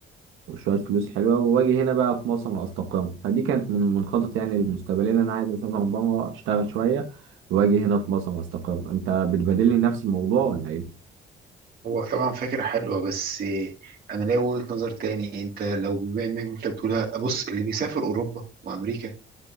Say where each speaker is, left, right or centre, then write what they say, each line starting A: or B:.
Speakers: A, on the right (about 85°); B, on the right (about 50°).
A: وشوية فلوس حلوة وأجي هنا بقى في مصر أستقر فدي كانت من من خططي يعني المستقبلية إن أنا عايز أسافر بره أشتغل شوية وأجي هنا في مصر أستقر أنت بتبادلني نفس الموضوع ولا إيه؟
B: هو طبعا فكرة حلوة بس أنا ليا وجهة نظر تاني أنت لو بما إنك أنت بتقولها بص اللي بيسافر أوروبا وأمريكا